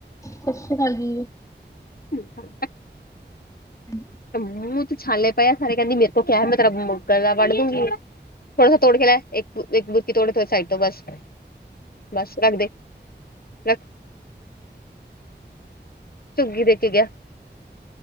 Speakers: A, on the left; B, on the left.
A: ਸਤਿ ਸ੍ਰੀ ਅਕਾਲ ਜੀ।
B: <unintelligible>
A: <unintelligible>
B: ਤੇ ਮੂੰਹ ਤੇ ਛਾਲੇ ਪਏਆ ਹਜੇ ਕਹਿੰਦੀ ਮੇਰੇ ਕੋਲ ਕਿਹਾ ਮੈਂ ਤਾਂ ਗਲਾਂ ਵੜ ਦੂੰਗੀ। ਥੋੜਾ ਸਾ ਤੋੜ ਕੇ ਲਿਆ, ਇੱਕ ਇੱਕ ਬੁਰਕੀ ਤੋੜ ਕੇ ਫੇਰ ਸਾਈਡ ਤੋਂ ਬਸ। ਬਸ ਰੱਖਦੇ ਰੱਖ। ਚੁੱਗੀ ਦੇ ਕੇ ਗਿਆ,